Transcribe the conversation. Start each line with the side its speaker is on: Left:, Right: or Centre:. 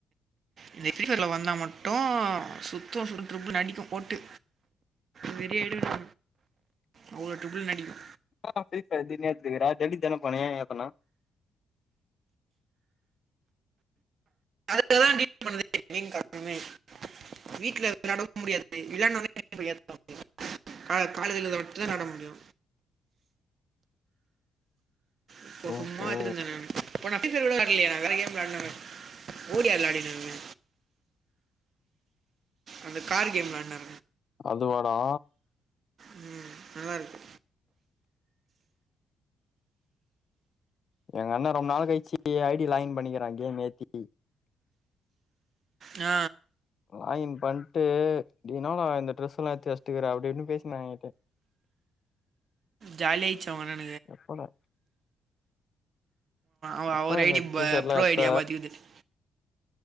Right: இந்த பிரிஃபயர்ல வந்தா மட்டு சுத்து ஃபுல் டிரிப் அடிக்கு போட்டு விடியேடுகனா அவ்ளோ ட்ரிப்புள் நடிக்கு
Left: <unintelligible>
Right: அதுக்கான் தா டிம் பண்ணுதே நீங் காரணமே வீட்ல வெளையாடவே முடியாது விளையாடுணாலே <unintelligible> கா காலேஜில மட்டு தா வெளையாட முடியு இப்ப
Left: ஓஹோ
Right: சும்மா எடுத்துட்டு வந்த நானு இப்போ நா ஃபிரிஃபையர் கூட வெளையாடலையே வேற கேம் வெளையாடுனு ஓடியா வெளையாடிட்ருந்த அந்த கார் கேம் விளையாண்ட
Left: அதுவாடா
Right: ம் நல்லா இருக்கு
Left: எங்க அண்ண ரொம்ப நாள் கழிச்சு ஐடி லாகின் பண்ணியிருகிறா கேம் ஏத்தி
Right: ஆ
Left: லாகின் பண்ணிட்டு டூ யூ நோ நா இந்த டிரெஸ் எல்லா எடுத்து வச்சட்டுக்கிறே அப்டி இப்டின்னு பேசிட்டு இருந்தாங்க என்ட
Right: ஜாலியாச்சா ஒனக்
Left: எப்படா
Right: அவன்
Left: எப்ப
Right: ஒரு
Left: இந்த
Right: ஐடி
Left: டீ ஷர்ட்லா
Right: ப்ரோ
Left: எத்த
Right: ஐடியா பார்த்துக்குது